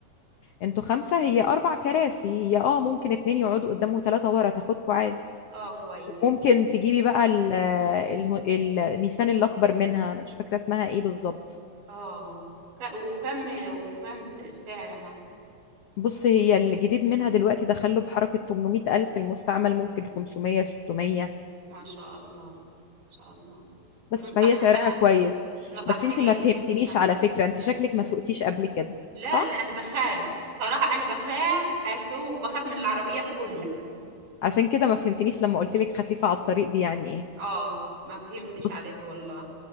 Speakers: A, on the left; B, on the right.
A: انتوا خمسه هي اربع كراسي هي اه ممكن اتنين يقعدوا قدام وتلاته ورا تاخدكوا عادي
B: اه كويس
A: ممكن تجيبي
B: بس
A: بقى ال ال ال- النيسان الأكبر منها أنا مش فاكرة اسمها إيه بالظبط
B: اه ك- وكم وكم سعرها
A: بص هي الجديد منها دلوقتي دخله بحركة 800 ألف المستعمل ممكن 500 600
B: ما شاء الله ما شاء الله وتنصحينا
A: بس فهي سعرها
B: بقى
A: كويس
B: نصحتني
A: بس أنت ما
B: انت
A: فهمتنيش
B: في المستخدم
A: على فكرة أنت شكلك ما سوقتيش قبل كده
B: لا
A: صح؟
B: لا انا بخاف الصراحة انا بخاف اسوق وبخاف من العربيات كلها
A: عشان كده ما فهمتنيش لما قلت لك خفيفة على الطريق دي يعني إيه
B: اه ما فهمتش
A: بص
B: عليك والله